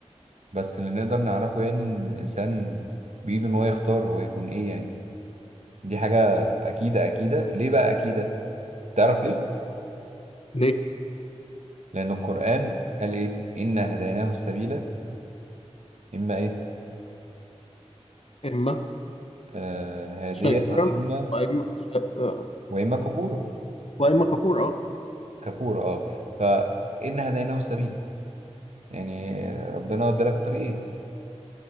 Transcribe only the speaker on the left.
ليه؟
اما
شاكرا
واما شا- آه،
واما
كفور اه